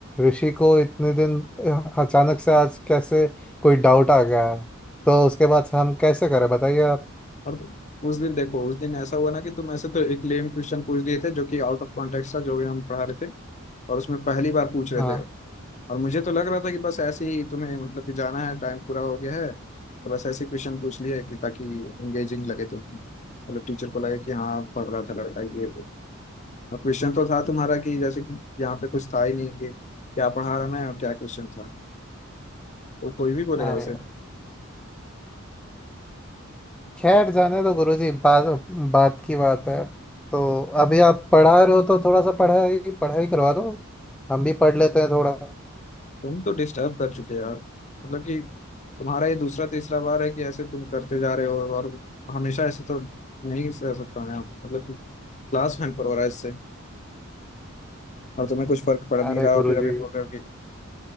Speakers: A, in the centre; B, on the left.
A: ऋषि को इतने दिन अ, अचानक से आज कैसे कोई डाउट आ गया तो उसके बाद हम कैसे करें बताइए आप
B: और उस दिन देखो उस दिन ऐसा हुआ ना कि तुम ऐसे तो एक लेम क्वेश्चन पूछ दिए थे जो कि आउट ऑफ कॉन्टेक्स्ट था जो भी हम पढ़ा रहे थे और उसमें पहली बार पूछ रहे
A: हाँ
B: थे और मुझे तो लग रहा था कि बस ऐसे ही तुम्हें मतलब कि जाना है टाइम पूरा हो गया है तो बस ऐसे क्वेश्चन पूछ लिए कि ताकि इंगेजिंग लगे तुम मतलब टीचर को लगे कि हाँ पढ़ रहा था लड़का ये वो। और क्वेश्चन तो था तुम्हारा कि जैसे कि यहाँ पे कुछ था ही नहीं कि क्या पढ़ा रहा मैं और क्या क्वेश्चन था तो कोई भी बोलेगा
A: अरे
B: वैसे
A: अरे खैर जाने दो गुरुजी बात बात की बात है तो अभी आप पढ़ा रहे हो तो थोड़ा सा पढ़ाई पढ़ाई करवा दो हम भी पढ़ लेते हैं थोड़ा
B: तुम तो डिस्टर्ब कर चुके हो यार मतलब कि तुम्हारा ये दूसरा तीसरा बार है कि ऐसे तुम करते जा रहे हो और हमेशा ऐसे तो नहीं रह सकता मैं मतलब कि क्लास हैम्पर हो रहा है इससे और तुम्हें कुछ फर्क पड़ नहीं
A: अरे
B: रहा
A: गुरुजी
B: और फिर अभी बोल रहे हो कि